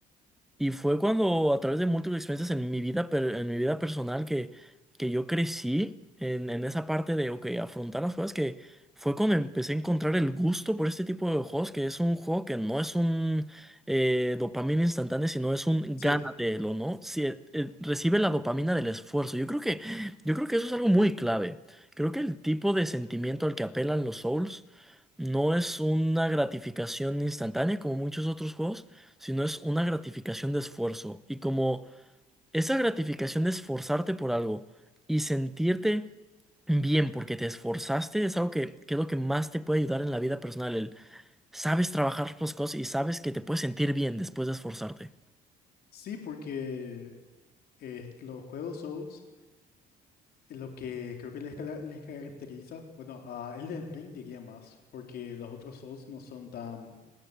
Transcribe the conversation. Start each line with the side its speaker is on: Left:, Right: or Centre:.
Centre: Y fue cuando a través de múltiples experiencias en mi vida, per- en mi vida personal que, que yo crecí en, en esa parte de, ok, afrontar las cosas, que fue cuando empecé a encontrar el gusto por este tipo de juegos, que es un juego que no es un eh, dopamina instantánea, sino es un
Left: sí,
Centre: gánatelo, ¿no? Si, eh, eh, recibe la dopamina del esfuerzo. Yo creo que, yo creo que eso es algo muy clave. Creo que el tipo de sentimiento al que apelan los Souls no es una gratificación instantánea como muchos otros juegos sino es una gratificación de esfuerzo. Y como esa gratificación de esforzarte por algo y sentirte bien porque te esforzaste es algo que, que es lo que más te puede ayudar en la vida personal. El sabes trabajar las cosas y sabes que te puedes sentir bien después de esforzarte.
Left: sí, porque eh, los juegos Souls, lo que creo que les, cala- les caracteriza, bueno, a Elden Ring diría más, porque los otros Souls no son tan,